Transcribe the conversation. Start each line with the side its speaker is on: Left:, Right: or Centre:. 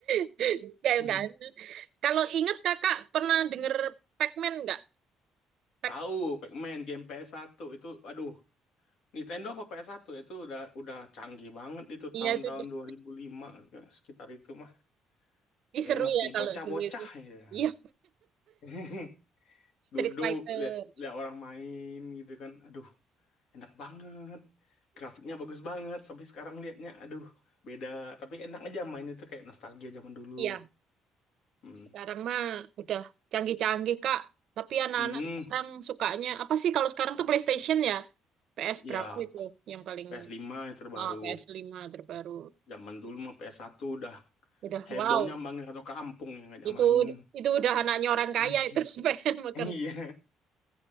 Right: <laughs> Kayak
Left: <laughs>
Right: enggak. Kalau inget kakak pernah denger Pac-Man nggak? Pac
Left: Tahu, Pac-Man game PS1 itu aduh, Nintendo apa PS1 itu udah udah canggih banget itu
Right: Iya
Left: tahun-tahun
Right: itu deh.
Left: 2005 sekitar itu mah.
Right: Ih,
Left: Ini
Right: seru
Left: masih
Right: ya kalau
Left: bocah-bocah
Right: dulu itu.
Left: ya.
Right: Iya
Left: <laughs>
Right: <laughs> Street
Left: duduk
Right: Fighter.
Left: lihat lihat orang main gitu kan aduh enak banget grafiknya bagus banget sampai sekarang liatnya aduh beda tapi enak aja main itu kayak nostalgia zaman dulu
Right: Iya,
Left: hmm.
Right: sekarang mah udah canggih-canggih, Kak. Tapi anak-anak
Left: Hmm.
Right: sekarang sukanya apa sih kalau sekarang tuh PlayStation ya? PS berapa
Left: ya
Right: itu yang paling
Left: ps lima yang terbaru
Right: oh, ps lima terbaru.
Left: zaman dulu mah ps satu udah
Right: Udah
Left: hebohnya
Right: wow.
Left: manggil satu kampung yang ngajak
Right: Itu
Left: main
Right: itu udah anaknya orang
Left: <laughs>
Right: kaya itu <laughs> pengen makan.
Left: iya